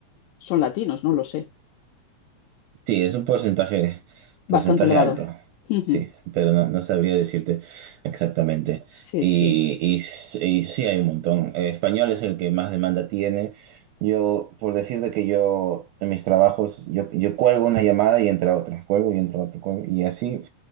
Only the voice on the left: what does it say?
son latinos, no lo sé.
Bastante
elevado.
Ujú.
Sí,
sí,